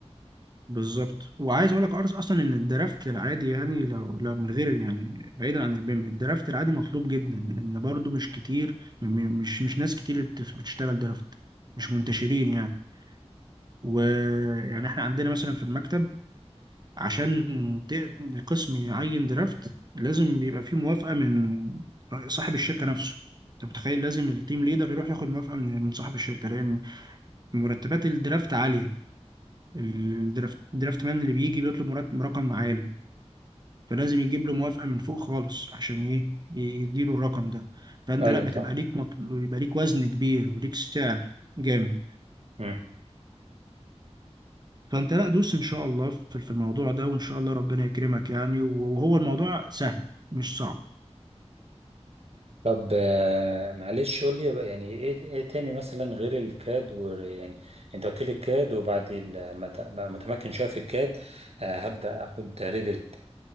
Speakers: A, on the right; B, on the right.
A: بالظبط وعايز اقول لك عارف اصلا ان الدرافت العادي يعني لو لو من غير يعني بعيدا عن البيم الدرافت العادي مطلوب جدا لان برضو مش كتير م- م- مش مش ناس كتير بت- بتشتغل درافت مش منتشرين يعني ويعني احنا عندنا مثلا في المكتب عشان ت- القسم يعين درافت لازم بيبقى فيه موافقة من صاحب الشركة نفسه انت متخيل لازم التيم ليدر يروح ياخد موافقة من من صاحب الشركة لان مرتبات الدرافت عالية الدرافت الدرافت مان اللي بيجي بيطلب مرتب رقم عالي فلازم يجيب له موافقة من فوق خالص عشان ايه يديله الرقم ده فانت
B: ايوه
A: لا بتبقى ليك مطل... يبقى ليك وزن كبير وليك سعر جامد
B: صح
A: فانت لا دوس ان شاء الله في في الموضوع ده وان شاء الله ربنا يكرمك يعني وهو الموضوع سهل مش صعب
B: طب آه، معلش قول لي بقى يعني ايه ايه تاني مثلا غير الكاد و يعني انت قلت لي الكاد وبعد ال- ما ت- بقى متمكن شويه في الكاد آه، هبدا اخد ريفرت